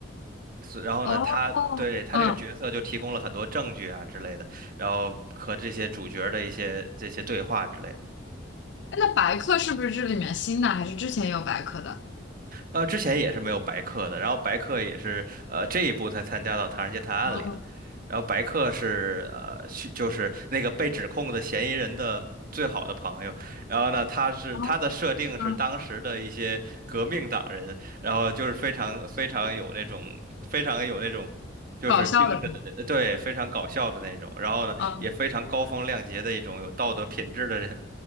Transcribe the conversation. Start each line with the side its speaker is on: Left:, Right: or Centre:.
Right: 所然后呢，
Left: 哦，
Right: 他对他这个角色就提供了很多证据啊之类的，
Left: 嗯，
Right: 然后和这些主角的一些这些对话之类的。
Left: 哎那白客是不是这里面新的，还是之前也有白客的？
Right: 呃，之前也是没有白客的，然后白客也是呃这一部才参加到《唐人街探案》里的，
Left: 哦，
Right: 然后白客是呃去就是那个被指控的嫌疑人的最好的朋友，然后呢他是他的设定是当时的一些革命党人，
Left: 哦，嗯，
Right: 然后就是非常非常有那种非常有那种就是精神的那对非常搞笑的那种，
Left: 搞笑的是吗？
Right: 然后呢也非常高风亮节的一种有道德品质的人，
Left: 嗯，